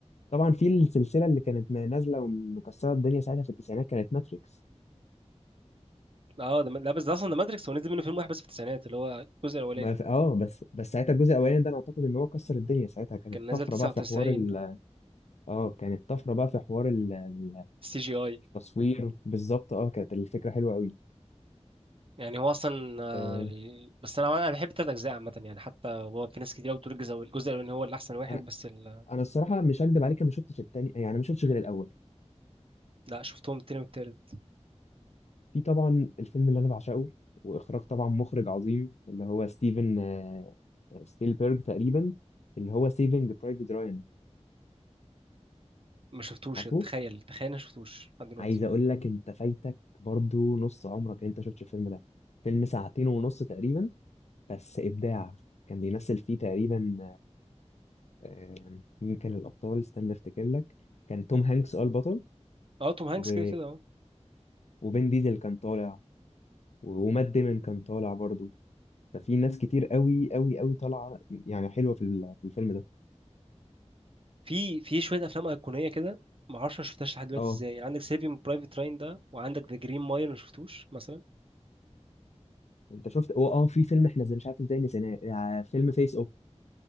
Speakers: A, on the left; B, on the right.
A: طبعا في السلسله اللي كانت نازله ومكسره الدنيا ساعتها في التسعينات كانت ماتريكس
B: اه ده لا بس ده اصلا ده ماتريكس هو نزل منه فيلم واحد بس في التسعينات اللي هو الجزء الاولاني
A: ما ف... اه بس بس ساعتها الجزء الاولاني ده انا اعتقد ان هو كسر الدنيا ساعتها كانت
B: كان نازل
A: طفره
B: 99
A: بقى في حوار ال... اه كانت طفره بقى في حوار ال... ال-
B: سي جي اي
A: التصوير بالظبط اه كانت الفكره حلوه قوي
B: يعني هو اصلا آه،
A: آه،
B: ال- بس انا انا بحب التلات اجزاء عامه يعني حتى هو في ناس كتير بتقول الجزء الجزء الاولاني هو اللي احسن واحد
A: انا
B: بس ال...
A: انا الصراحه مش هكدب عليك أنا ما شفتش التاني يعني ما شفتش غير الاول
B: لا شفتهم التاني والتالت
A: في طبعا الفيلم اللي انا بعشقه واخراج طبعا مخرج عظيم اللي هو ستيفن آه، سبيلبرج تقريبا اللي هو سيفنج برايفت رايان
B: ما شفتوش
A: عارفه
B: تخيل تخيل انا ما شفتوش لحد دلوقتي
A: عايز اقول لك انت فايتك برضو نص عمرك إن انت شفتش الفيلم ده فيلم ساعتين ونص تقريبا بس ابداع كان بيمثل فيه تقريبا آه، مين كان الابطال استنى افتكر لك كان توم هانكس اه البطل
B: اه توم هانكس
A: و...
B: كده كده اه
A: وفين ديزل كان طالع ومات ديمون كان طالع برضو ففي ناس كتير قوي قوي قوي طالعه يعني حلوه في ال- في الفيلم ده
B: في في شويه افلام ايقونيه كده ما اعرفش ما شفتهاش لحد دلوقتي
A: اه
B: ازاي عندك سيفينج برايفت راين ده وعندك ذا جرين مايل ما شفتوش مثلا
A: انت شفت هو اه في فيلم احنا زي مش عارف ازاي نسيناه آه، فيلم فيس اوف